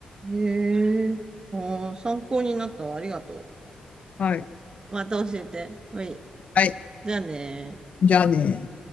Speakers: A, on the right; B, on the left.
A: え。へえ。ああ、参考になったわ。ありがと
B: はい。
A: う。また教えて。はい。
B: はい。
A: じゃあねー
B: じゃあね。